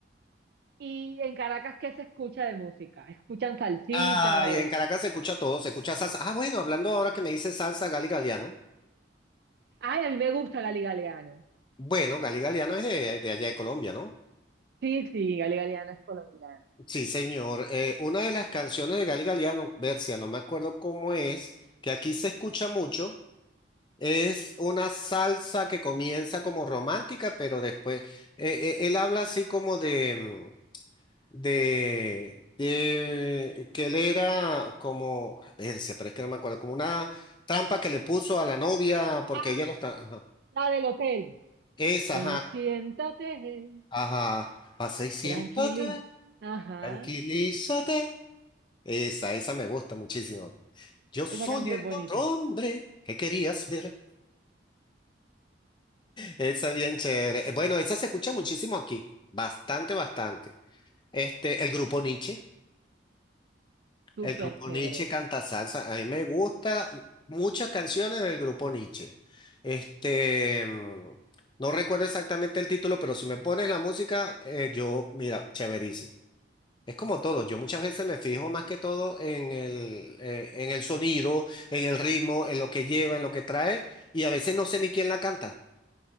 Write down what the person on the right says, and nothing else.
¿Y en Caracas qué se escucha de música? ¿Escuchan salsita
o...?
Ay, a mí me gusta Gali Galeano.
Sí, sí, Gali Galeano es colombiana.
Ah,
la del hotel.
Ven
y siéntate,
tranquili. Ajá.
Esa canción
es bonita,
súper
chévere.